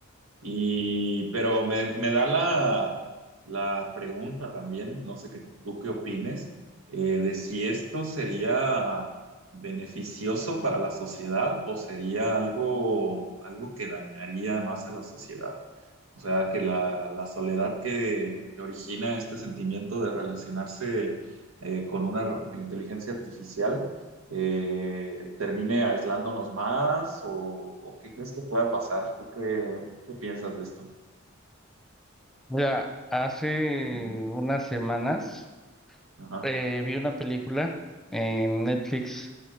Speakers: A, on the right; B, in the centre.
A: Y, pero me, me da la, la pregunta también, no sé qué, tú qué opines, eh, de si esto sería beneficioso para la sociedad o sería algo, algo que dañaría más a la sociedad. O sea, que la, la soledad que, que origina este sentimiento de relacionarse eh, con una r- inteligencia artificial eh, termine aislándonos más o, o qué crees que pueda pasar. ¿Tú qué, ¿Qué piensas de esto?
B: Mira, hace
A: Ujú.
B: unas semanas
A: Ajá,
B: eh, vi una película en Netflix,